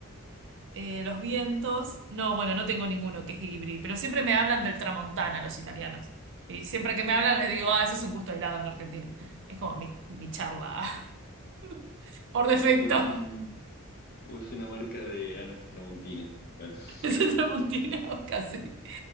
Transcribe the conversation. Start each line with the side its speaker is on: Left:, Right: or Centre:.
Right: eh, los vientos. No, bueno, no tengo ninguno que es Ghibli, pero siempre me hablan del Tramontana los italianos. Y siempre que me hablan les digo, ah, eso es un gusto de helado en Argentina. Es como mi, mi charla <laughs> por defecto.
Left: o es un, o es una marca de Anas Tramontina, bueno,
Right: <laughs>
Left: <laughs>
Right: ¿Es
Left: casi.
Right: el Tramontina? <laughs> Casi.